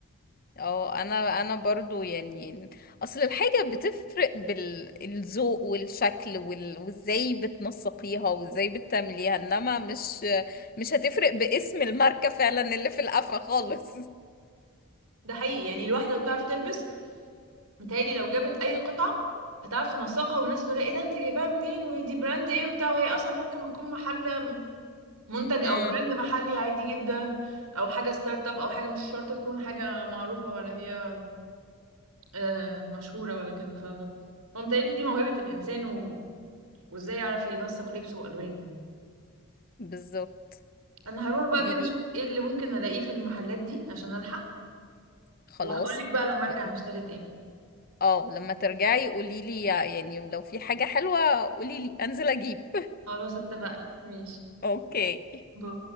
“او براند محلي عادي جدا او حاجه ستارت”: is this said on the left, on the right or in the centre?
Right